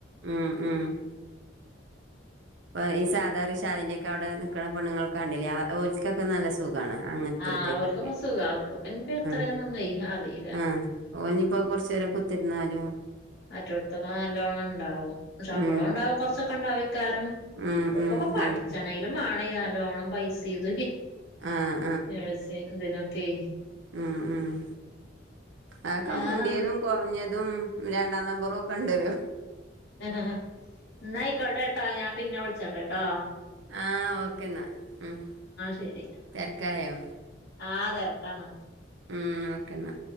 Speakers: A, on the right; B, on the left.
A: ഉം ഉം ഇപ്പ ഈ സാധാർ റിഷാദിന്റെക്കെ അവിടെ നിക്കണ പെണ്ണുങ്ങളെ കണ്ടില്ലേ ആ ഓല്ക്ക് ഇക്കാക്ക് നല്ല സുഖാണ് അങ്ങനത്തെറ്റക്കൊക്കെ
B: ആഹ് ഓൽക്കൊക്കെ സുഖാ ഓൽക്കൊക്കെ ഇനിപ്പോ എത്രയാന്നൊന്നുവേ
A: ആഹ്
B: അറിയില്ല
A: ആഹ് ഓനിയിപ്പോ കൊറച്ചു നേരം കുത്തിയിരുന്നാലും
B: മറ്റെടുത്തൊക്കെ നല്ലോണം ഒണ്ടാവും ശമ്പളം
A: ഉം
B: ഒണ്ടാവും കുറച്ചൊക്കെ ഒണ്ടാവും ഇക്കാരം
A: ഉം
B: ഓല്ക്കൊക്കെ
A: ഉം
B: പഠിച്ചണെ
A: കാണിക്ക്
B: ഇത് മാണെ നല്ലോണം പൈസ ഇത്
A: ആഹ്
B: നേഴ്സ് ഇതിനൊക്കെ
A: ആഹ് ആഹ് അതൊക്ക
B: വേറെ
A: മുന്തിയതും കൊറ പറഞ്ഞതും രണ്ടാം നമ്പറും ഒക്കെ ഒണ്ടല്ലോ
B: ആഹ് ആഹ് എന്നാ ആയിക്കോട്ടെ ട്ടോ ഞാൻ പിന്നെ വിളിച്ചോണ്ട്ട്ടോ
A: ആഹ് ഓക്കെ എന്നാ ഉം
B: ശരി
A: തെരക്കായോ
B: ആഹ് തെരക്കാണ്
A: ഉം ഓക്കെ എന്നാ